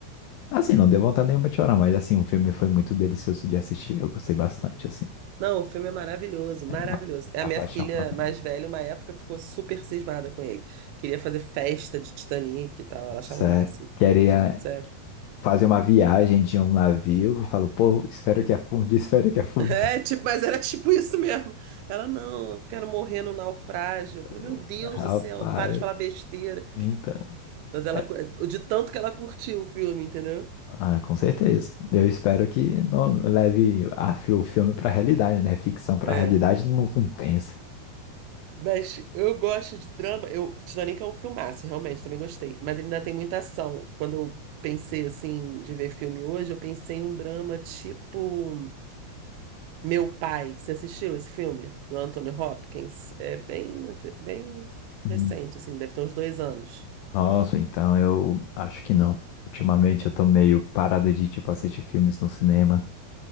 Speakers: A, on the left; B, on the right.
A: Assim, não deu vontade nenhuma de chorar, mas, assim, o filme foi muito delicioso de assistir. Eu gostei bastante, assim,
B: Não, o filme é maravilhoso, maravilhoso.
A: a,
B: A
A: a
B: minha
A: paixão.
B: filha
A: pra também.
B: mais velha, uma época, ficou super cismada com ele. Queria fazer festa de Titanic e tal, ela achava
A: Sério.
B: o máximo.
A: Queria
B: Sério. <laughs>
A: fazer uma viagem de um navio e falo, pô, espero que afunde, espero que afunde.
B: É, tipo, mas era tipo isso mesmo. Ela, não, eu quero morrer no naufrágio. Eu falei, meu
A: <laughs>
B: Deus
A: Rapaz.
B: do céu, para de falar besteira.
A: Então,
B: Mas ela,
A: é-
B: cu- de tanto que ela curtiu o filme, entendeu?
A: ah, com certeza. Eu espero que não leve a, fi- o filme para a realidade, né? Ficção para
B: É.
A: a realidade não compensa.
B: Mas eu gosto de drama. Eu, Titanic é um filmaço, realmente, também gostei. Mas ele ainda tem muita ação. Quando eu pensei, assim, de ver filme hoje, eu pensei em um drama tipo Meu Pai. Você assistiu esse filme? Do Anthony Hopkins? É bem, bem
A: Hum.
B: recente, assim, deve ter uns dois anos.
A: Nossa, então eu acho que não. Ultimamente eu tô meio parado de, tipo, assistir filmes no cinema.